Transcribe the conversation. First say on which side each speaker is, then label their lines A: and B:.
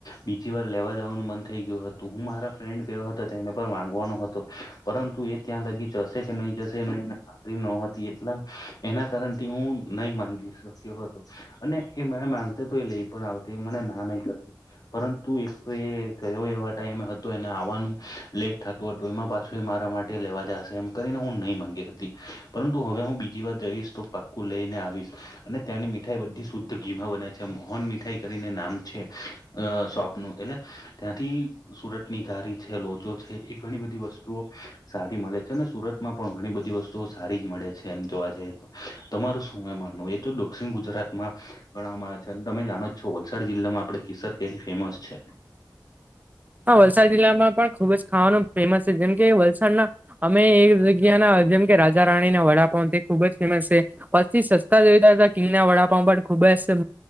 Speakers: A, on the left; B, on the right.
A: બીજી વાર લેવા જવાનું મન થઈ ગયું હતું હું મારા ફ્રેન્ડ સાથે ગયો હતો તો એને પણ માંગવાનો હતો. પરંતુ એ ત્યાં સુધી જશે કે નહીં જશે એ મને ખબર નહોતી એટલે એના કારણથી હું નહીં માંગી શક્યો હતો એ મને માગશે તો મને લઈ પણ આવશે એ લઈ પણ આવશે એ મને ના નહીં કરતી. પરંતુ એક તો એ ગયો એવો ટાઈમ હતો એટલે એને આવવાનું મોડું થતું તો એમાં પાછો મારા માટે લેવા જશે એમ કરીને હું નહોતો માગ્યો પરંતુ હવે હું બીજી વાર જઈશ તો પાક્કું જ લઈને આવીશ અને ત્યાંની મીઠાઈ બધી શુદ્ધ ઘીમાં બને છે મોહન મીઠાઈ કરીને નામ છે. એ શોપનું એટલે ત્યાંથી સુરતની ઘારી છે લોચો છે એવી ઘણી બધી વસ્તુઓ સારી મળે છે અને સુરતમાં પણ ઘણી બધી વસ્તુઓ સારી જ મળે છે એમ જોવા જઈએ તો તમારું શું માનવું છે એ તો દક્ષિણ ગુજરાતમાં ગણવામાં આવે છે અને તમે જાણો છો વલસાડ જિલ્લામાં આપણે કેસર કેરી ફેમસ છે.
B: હા વલસાડ જિલ્લામાં પણ ખૂબ જ ખાવાનું ફેમસ છે જેમ કે વલસાડના અમે એક જગ્યાના જેમ કે રાજા રાણીના વડાપાઉં તે ખૂબ જ ફેમસ છે. સૌથી સસ્તા જોઈએ તા હોય તો કિંગના વડાપાઉં પણ ખૂબ જ